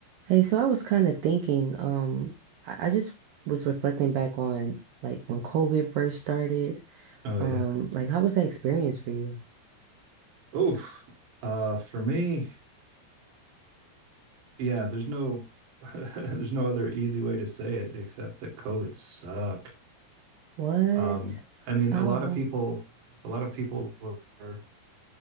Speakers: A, on the right (about 80°); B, on the right (about 60°).
A: Hey, so I was kind of thinking, um, I, I just was reflecting back on like when COVID first started.
B: Oh
A: Um,
B: yeah.
A: like how was that experience for you?
B: Oof. Uh, for me, yeah, there's no <laughs> there's no other easy way to say it except that COVID sucked.
A: What?
B: Um, I mean,
A: How?
B: a lot of people a lot of people were, were,